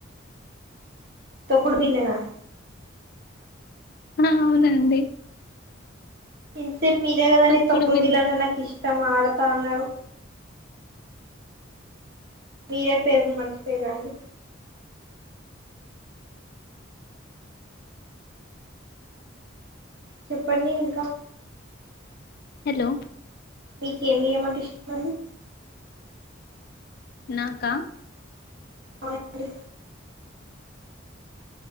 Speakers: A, on the right (about 50°); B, on the left (about 50°).
A: తొక్కుడు. బిల్లానా
B: అవునండి
A: <unintelligible> సెట్ మీరే కదాని
B: తొక్కుడు
A: తోక్కుడు
B: బిల్ల
A: బిల్లంటె నాకు ఇష్టం. ష్టం ఆడుతా అన్నావు. మీరే పేరు మర్చిపోయారు. అండి చెప్పండి. ఇంకా
B: హలో
A: మీకి ఏమి ఏమీ అంటే ఇష్టం అండి.
B: నాకా
A: అ అండి